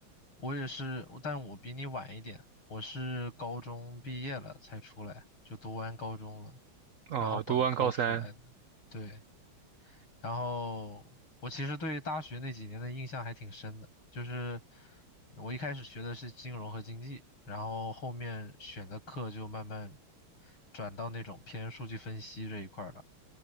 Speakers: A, on the left; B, on the right.
A: 我也是，但我比你晚一点，我是高中毕业了才出来，就读完高中了，
B: 啊，
A: 然后本科出来的。
B: 读完高三，
A: 对，然后我其实对大学那几年的印象还挺深的，就是我一开始学的是金融和经济，然后后面选的课就慢慢转到那种偏数据分析这一块儿了。